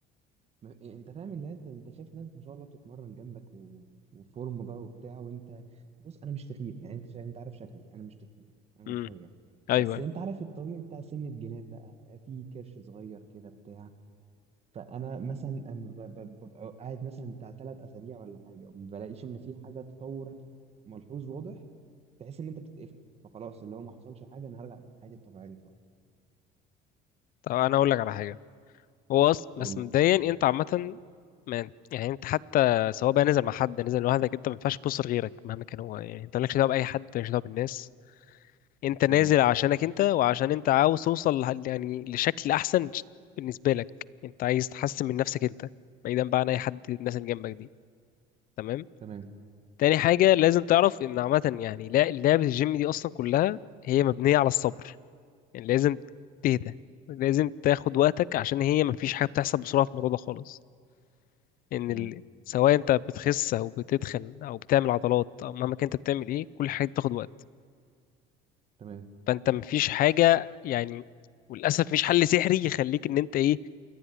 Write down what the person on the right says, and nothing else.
ما- إيه، انت فاهم اللي انت انت شايف ناس ما شاء الله بتتمرن جنبك و... وفورم بقى وبتاع وانت بص انا مش تخين يعني انت شا... انت عارف شكلي انا مش تخين انا
رفيع
بس
انت عارف الطبيعي بتاع سن الجناب بقى في كرش صغير كده بتاع فانا مثلا أما ب- ب- ببقى قاعد مثلا بتاع ثلاث اسابيع ولا حاجه وما بلاقيش ان في حاجه تطور ملحوظ واضح تحس ان انت بتتقفل فخلاص اللي هو ما حصلش حاجه انا هرجع حياتي الطبيعيه بقى
قول
لي
تمام
تمام
تمام
تمام